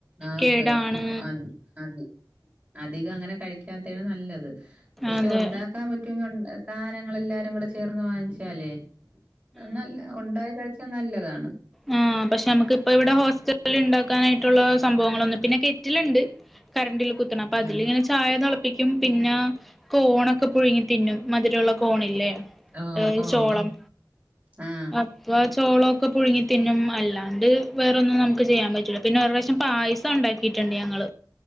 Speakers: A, on the right; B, in the centre.
A: ആഹ്
B: കേടാണ്
A: പ് അത് അത് അധികം അങ്ങനെ കഴിക്കാത്താണ് നല്ലത് പക്ഷെ
B: അതെ
A: ഉണ്ടാക്കാൻ പറ്റുമങ്കിൽ സാധനങ്ങൾ എല്ലാരും കൂടെ ചേർന്ന് വാങ്ങിച്ചാലേ നല്ലേ ഉണ്ടായ കാഴച നല്ലതാണ്
B: ആ പക്ഷെ നമുക്ക് ഇപ്പ ഇവിടെ ഹോസ്റ്റല ഉണ്ടാക്കാനായിട്ട് സംഭവങ്ങള ഒന്ന പിന്നെ വീട്ടിൽ ഉണ്ട് കറന്റിൽ കുത്തി അപ്പ അതില
A: ആഹ്
B: ഇങ്ങനെ ചായ പിടിക്കും പിന്നെ കോണൊക്കെ പുഴുങ്ങി തിന്നും മധുരമുള്ള കോണല്ലേ
A: ഓഹ്
B: ഏ
A: ഓഹ്
B: ചോളം
A: ആഹ്
B: അപ്പൊ ചോളം ഒക്കെ ഒക്കെ പുഴങ്ങി പിന്നും അല്ലാണ്ട് വേറൊന്നും നമുക്ക് ചെയ്യാൻ പറ്റൂല പിന്നെ വേറെയൊരുദിവസം പായസം ഉണ്ടാക്കിയിട്ടുണ്ട് ഞങ്ങള്ൾ